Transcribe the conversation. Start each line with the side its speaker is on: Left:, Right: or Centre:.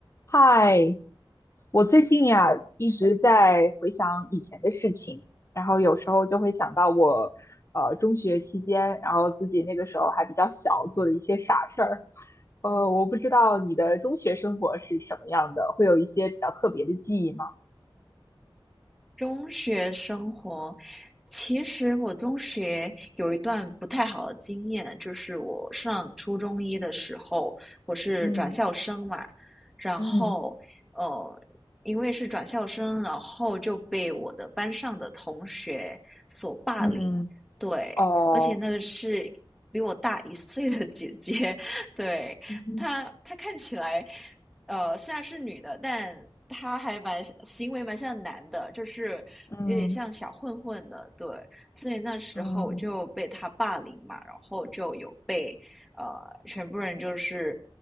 Left: 嗨，我最近呀一直在回想以前的事情，然后有时候就会想到我，呃，中学期间，然后自己那个时候还比较小，做的一些傻事儿。呃，我不知道你的中学生活是什么样的，会有一些比较特别的记忆吗？
Centre: 中学生活，其实我中学有一段不太好的经验，就是我上初中一的时候，我是转校生嘛，
Left: 嗯
Centre: 然后呃，
Left: 嗯
Centre: 因为是转校生，然后就被我的班上的同学所霸凌，
Left: 嗯，
Centre: 对，
Left: 哦，
Centre: 而且那个是比我大一岁的姐姐，<laughs> 对，
Left: 嗯
Centre: 她她看起来。呃，虽然是女的，但她还蛮行为蛮像男的，就是有点像小混混的，
Left: 嗯
Centre: 对。所以那时候我就被他霸凌嘛，
Left: 嗯
Centre: 然后就有被呃全部人就是